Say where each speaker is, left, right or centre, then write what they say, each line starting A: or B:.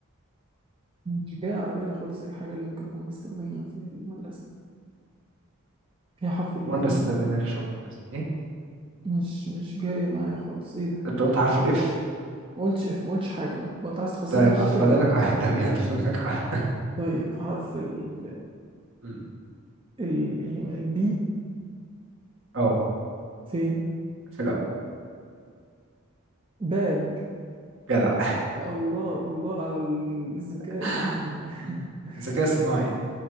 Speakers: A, on the right; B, on the right.
A: مش جاي على بالي خالص ايه الحاجة اللي ممكن اكون بستخدمها في المدرسة فيها حرف الايه
B: وانا
A: في
B: بستخدمها
A: النص؟
B: في شغل المدرسه ايه
A: مش مش جاية معايا خالص ايه ده
B: انت قلت حرف الاف
A: ما قلتش اف ما قلتش حاجة ما ما انت عايز تخسرني
B: طيب
A: بالعافية
B: فاضلك
A: ولا ايه
B: ح- <laughs> طب يلا فاضلك ح-
A: طيب حرف ال
B: م.
A: ال- البي
B: اه
A: فين
B: في الاول
A: باج
B: جدع
A: الله الله على الذكاء
B: <laughs>
A: يعني
B: م.
A: <laughs>
B: الذكاء الصناعي